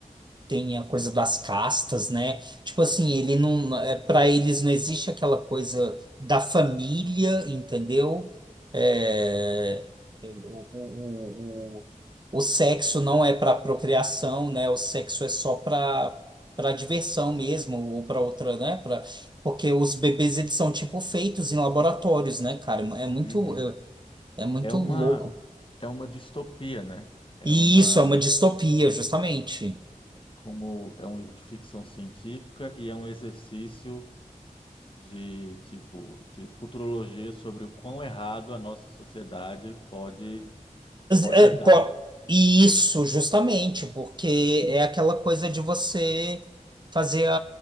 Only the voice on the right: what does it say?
tem a coisa das castas, né? Tipo assim, ele não, é, para eles não existe aquela coisa da família, entendeu? É, o, o, o, o sexo não é para procriação, né? O sexo é só para para diversão mesmo ou para outra, né? Para porque os bebês eles são tipo feitos em laboratórios, né, cara? É muito
é, é muito
louco.
E
isso é uma distopia, justamente.
É,
po- Isso, justamente, porque é aquela coisa de você fazer a,